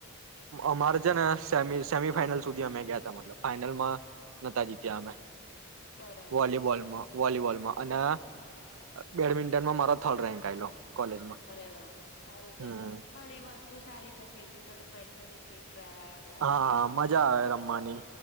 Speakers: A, on the left (about 55°); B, on the right (about 75°).
A: હ.
B: અમારે છે ને સેમી સેમી ફાઈનલ સુધી અમે ગયા ત મતલબ ફાાઈનલમાં. નતા જીત્યા અમે
A: બરાબર
B: વોલીબોલમાં. વોલીબોલમાં અને બેડમિન્ટનમાં મારો થર્ડ રેન્ક આલો કોલેજમાં.
A: અરે વાહ સારું
B: હમ
A: કેવાય પણ એ વસ્તુ સારી છે ફિઝિકલ મે. ફિટ રહેવાય આપણાથી
B: હા હા
A: એમ
B: મજા આવે રમવાની